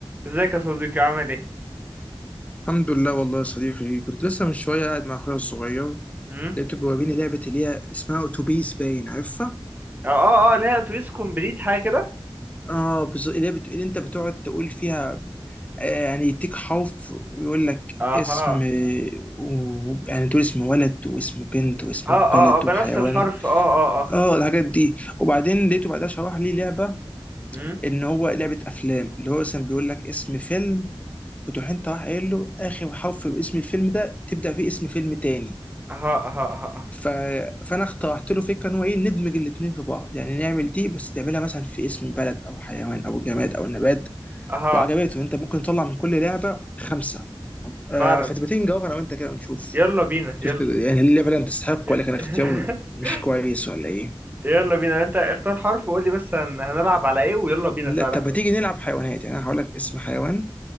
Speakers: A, on the right; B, on the left.
A: ازيك يا صديقي عامل ايه؟
B: الحمد لله والله يا صديقي كنت لسه من شويه قاعد مع اخويا الصغير
A: امم
B: لقيته بيوريني لعبه اللي هي اسمها اتوبيس باين عارفها
A: اه اه اه اللي هي اتوبيس كومبليت حاجه كده
B: اه بالظبط اللي هي بت... اللي انت بتقعد تقول فيها آه يعني يديك حرف ويقول لك
A: اها
B: اسم آه، و... يعني تقول اسم ولد واسم بنت واسم
A: اه اه
B: بلد
A: اه بنفس
B: وحيوان
A: الحرف اه اه اه
B: اه الحاجات دي وبعدين لقيته بعدها شرح لي لعبه
A: امم
B: ان هو لعبه افلام اللي هو مثلا بيقول لك اسم فيلم وتروح انت راح قايل له اخر حرف باسم الفيلم ده تبدا فيه اسم فيلم تاني
A: اها اها اها اها
B: ف... فانا اخترعت له فكره ان هو ايه ندمج الاثنين في بعض يعني نعمل دي بس تعملها مثلا في اسم بلد او حيوان او جماد او نبات
A: اها
B: وعجبته انت ممكن تطلع من كل لعبه خمسه آه
A: فعلا
B: فتبقى تيجي نجاوبها انا وانت كده ونشوف
A: يلا بينا يلا
B: شفت يعني اللعبه اللي تستحق
A: ي-
B: ولا كان اختيار
A: <laughs>
B: مش كويس ولا ايه
A: يلا بينا انت اختار حرف وقول لي بس هن... هنلعب على ايه ويلا بينا
B: لا
A: تعالى
B: طب
A: نجرب
B: ما تيجي نلعب حيوانات يعني انا هقول لك اسم حيوان